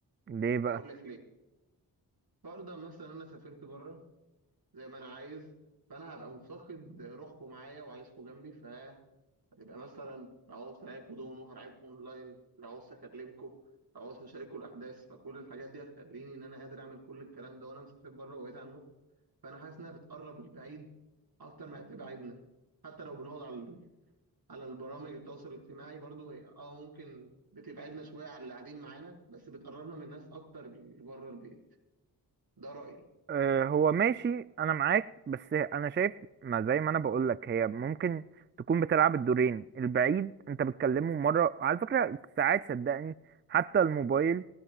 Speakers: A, on the right (about 30°); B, on the right (about 60°).
A: ليه بقى
B: اقول لك ليه فرضا مثلا انا سافرت بره زي ما انا عايز فانا هبقى مفتقد روحكم معايا وعايزكم جنبي فهتبقى مثلا لو عاوز ألاعبكوا دومينو هرعبكم اونلاين لو عاوز اكلمكم لو عاوز اشاركوا الاحداث فكل الحاجات دي هتخليني ان انا قادر اعمل كل الكلام ده وانا مسافر بره وبعيد عنكم فانا حاسس انها بتقرب البعيد اكتر ما تبعدنا حتى لو بنقعد على على البرامج التواصل الاجتماعي برضو هي اه ممكن بتبعدنا شويه عن اللي قاعدين معانا بس بتقربنا من الناس اكتر اللي بره البيت ده رايي
A: آه، هو ماشي انا معاك بس انا شايف ما زي ما انا بقول لك هي ممكن تكون بتلعب الدورين البعيد انت بتكلمه مره على فكره ساعات صدقني حتى الموبايل